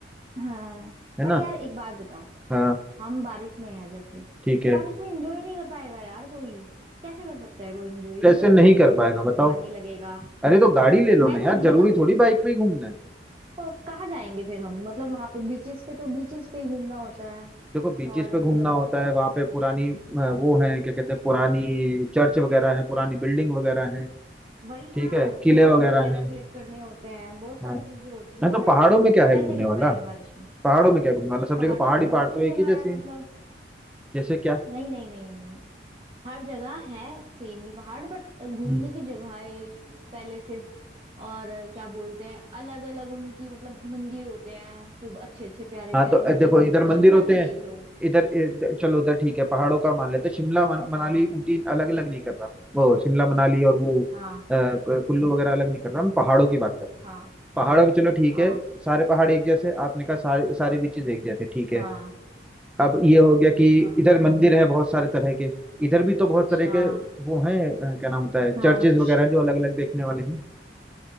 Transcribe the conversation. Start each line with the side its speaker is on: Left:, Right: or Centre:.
Right: हाँ
Centre: है
Right: पर
Centre: ना
Right: यार एक बात बताओ
Centre: हाँ
Right: हम बारिश में हैं जैसे
Centre: ठीक है
Right: बारिश में एंजॉय नहीं कर पाएगा यार कोई कैसे कर सकता है कोई एंजॉय
Centre: कैसे
Right: या तो
Centre: नहीं
Right: एक्टिवा
Centre: कर
Right: मुंह
Centre: पाएगा
Right: पे
Centre: बताओ
Right: पानी लगेगा
Centre: अरे तो गाड़ी ले लो
Right: मैं
Centre: ना
Right: नहीं
Centre: यार जरूरी
Right: मतलब
Centre: थोड़ी बाइक पे ही घूमना है
Right: तो कहाँ जाएंगे फिर हम मतलब वहां पे बीचेस पे तो बीचेस पे ही घूमना होता है
Centre: देखो बीचेस
Right: और
Centre: पे घूमना
Right: मतलब
Centre: होता है वहां पे पुरानी अ, वो है क्या कहते हैं पुरानी चर्च वगैरह है पुरानी बिल्डिंग वगैरह है
Right: वही ना
Centre: ठीक है किले
Right: फोटोज
Centre: वगैरह
Right: वगैरह
Centre: हैं
Right: क्लिक करने होते हैं बहुत सारी
Centre: हाँ
Right: चीजें होती है
Centre: ना
Right: हम
Centre: तो पहाड़ों
Right: ऐसे मतलब
Centre: में क्या है
Right: कैसे
Centre: घूमने
Right: कर
Centre: वाला
Right: पाएंगे बारिश में
Centre: पहाड़ों में क्या घूमने वाला सब
Right: पहाड़ों
Centre: जगह पहाड़
Right: में
Centre: ही
Right: बहुत
Centre: पहाड़ तो
Right: सी जगह
Centre: एक ही जैसे
Right: है
Centre: हैं
Right: मतलब
Centre: जैसे क्या
Right: नहीं नहीं नहीं हर जगह है सेम ही पहाड़ बट घूमने
Centre: हम्म
Right: की जगहें पैलेसेस और क्या बोलते हैं अलग अलग उनकी मतलब मंदिर होते हैं खूब अच्छे अच्छे प्यारे
Centre: हाँ
Right: प्यारे
Centre: तो अ,
Right: जैसे
Centre: देखो इधर मंदिर
Right: शिमला
Centre: होते
Right: में
Centre: हैं
Right: देख लो
Centre: इधर इधर- चलो उधर ठीक है पहाड़ों का मान लेते हैं शिमला मना- मनाली
Right: हाँ
Centre: ऊटी अलग अलग नहीं कर रहा मैं वो शिमला मनाली और वो
Right: हाँ
Centre: अ, क- कुल्लू वगैरह अलग नहीं कर रहा मैं पहाड़ों की बात कर रहा हूँ
Right: हाँ
Centre: पहाड़ों में चलो ठीक
Right: हाँ
Centre: है सारे पहाड़ एक जैसे आपने कहा सारे सारे बीचेस एक जैसे ठीक है
Right: हाँ
Centre: अब ये हो गया कि
Right: हाँ
Centre: इधर मंदिर हैं बहुत सारे तरह के इधर भी तो बहुत तरह
Right: हाँ
Centre: के वो हैं अ, क्या नाम होता है चर्चेज
Right: हाँ
Centre: वगैरह हैं जो अलग अलग देखने वाले हैं